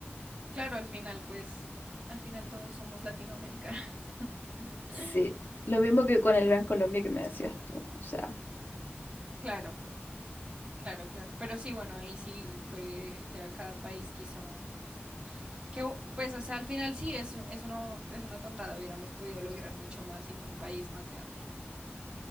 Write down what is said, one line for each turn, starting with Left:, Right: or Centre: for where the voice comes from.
Right: Claro, al final, pues, al final todos somos latinoamericanos. <laughs>
Left: sí. Lo mismo que con el Gran Colombia que me decías tú. O sea,
Right: Claro, claro, claro. Pero sí, bueno, ahí sí fue ya cada país quiso. Que, u- pues, o sea, al final sí es, un- es, una, es una tontada. Hubiéramos podido lograr mucho más siendo un país más grande.